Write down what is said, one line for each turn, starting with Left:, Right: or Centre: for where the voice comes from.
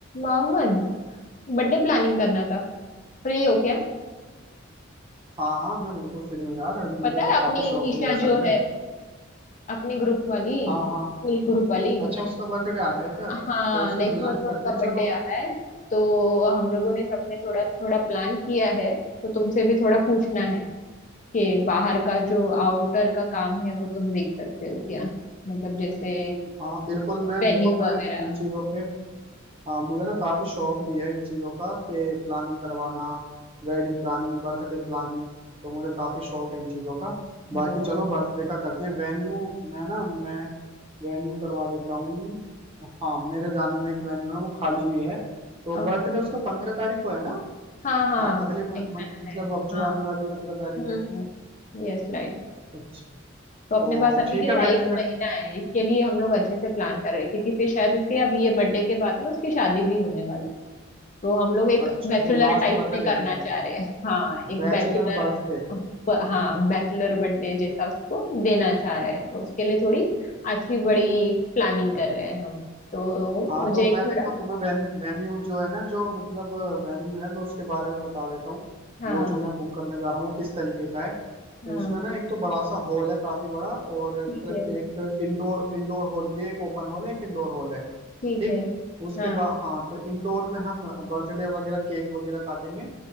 Left: Mohammad birthday planning करना था Free हो क्या
Right: हाँ हाँ मैं बिल्कुल फ्री हूँ यार मुझे
Left: पता है
Right: तो
Left: अपनी
Right: काफी शौक
Left: निशा
Right: भी है असल
Left: जो
Right: में
Left: है अपने ग्रुप वाली
Right: हाँ हाँ
Left: स्कूल ग्रुप वाली
Right: अच्छा उसका बर्थडे आ रहा है क्या तो
Left: हाँ
Right: उसकी
Left: नेक्स्ट
Right: प्लानिंग
Left: मंथ
Right: करते
Left: में उसका
Right: हैं चलो
Left: बर्थडे आ रहा है तो हम लोगों ने सबने थोड़ा थोड़ा प्लान किया है तो तुमसे भी थोड़ा पूछना है कि बाहर का जो आउटर का काम है वो तुम देख सकते हो क्या मतलब जैसे
Right: हाँ बिल्कुल मैं
Left: वेन्यू
Right: देखो मैं
Left: वगैरह
Right: इन चीजों पे हाँ मुझे ना काफी शौक भी है इन चीजों का कि प्लानिंग करवाना वेडिंग प्लानिंग बर्थडे प्लानिंग तो मुझे काफी शौक है इन चीजों का बाकी
Left: अरे
Right: चलो
Left: वाह
Right: बर्थडे का करते हैं वेन्यू मैं ना मैं वेन्यू करवा देता हूँ हाँ मेरे जानने में एक वेन्यू है वो खाली भी है तो
Left: ओके
Right: बर्थडे उसका पंद्रह तारीख को है ना
Left: हाँ हाँ
Right: आ, अगले म, म,
Left: एक मैंने
Right: मतलब
Left: है
Right: अब जो
Left: हाँ
Right: आने वाली पंद्रह तारीख
Left: हम्म
Right: है
Left: हम्म यस राइट
Right: अच्छा
Left: तो अपने
Right: तो
Left: पास अभी
Right: ठीक
Left: कैसा
Right: है वेन्यू
Left: एक
Right: में
Left: महीना है इसके लिए हम लोग अच्छे से प्लान कर रहे हैं क्योंकि फिर शायद उसके अभी ये बर्थडे के बाद में उसकी शादी भी होने वाली तो हम लोग एक
Right: अच्छा
Left: बैचुलर
Right: तो लास्ट
Left: टाइप
Right: बर्थडे
Left: में करना
Right: है मतलब
Left: चाह रहे हैं हाँ एक
Right: Bachelor
Left: बैचुलर
Right: birthday
Left: हाँ बैचुलर बर्थडे जैसा उसको देना चाह रहे हैं तो उसके लिए थोड़ी अच्छी बड़ी प्लानिंग कर रहे हैं हम तो
Right: हाँ
Left: मुझे
Right: तो
Left: एक
Right: मैं
Left: थोड़ा
Right: देखो तुम्हें वेन, वेन्यू जो है ना जो मतलब वेन्यू है मैं उसके बारे में बता देता हूँ
Left: हाँ
Right: वो जो मैं बुक करने जा रहा हूँ वो किस तरीके का है
Left: हाँ
Right: उसमें ना एक तो बड़ा सा हॉल है काफी बड़ा और
Left: ठीक
Right: मतलब
Left: है
Right: एक इंडोर इंडोर हॉल भी है एक ओपन हॉल है एक इंडोर हॉल है
Left: ठीक
Right: ठीक
Left: है
Right: उसके
Left: हाँ
Right: बाद हाँ तो इंडोर में हम बर्थडे वगैरह केक वगैरह काटेंगे